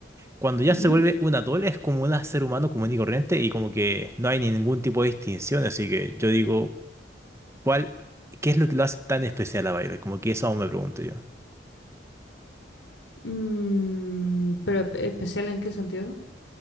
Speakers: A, on the right (about 15°); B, on the left (about 70°).
A: cuando ya
B: ujú.
A: se vuelve un atol es como un ser humano común y corriente y como que no hay ningún tipo de distinción. Así que yo digo... ¿Cuál, qué es lo que lo hace tan especial a Violet? Como que eso aún me pregunto yo.
B: Mm, pero espe- especial en qué sentido?